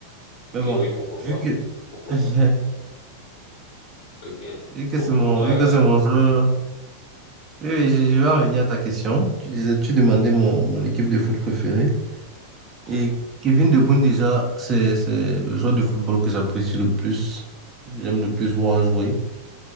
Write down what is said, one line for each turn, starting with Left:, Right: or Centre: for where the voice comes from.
Left: ok,
Right: Mais bon,
Left: oui, pourquoi
Right: vu
Left: pas?
Right: que,
Left: Pourquoi
Right: <laughs>
Left: pas? Ok.
Right: vu que
Left: Pour,
Right: c'est mon,
Left: pourquoi?
Right: vu
Left: euh,
Right: que c'est mon joueur. Oui, oui, je je vais revenir à ta question. Tu disais, tu demandais mon, mon équipe de foot préférée. Et
Left: Ouais,
Right: Kevin De Bruyne, déjà, c'est, c'est le joueur de football que j'apprécie le plus. J'aime le plus voir jouer.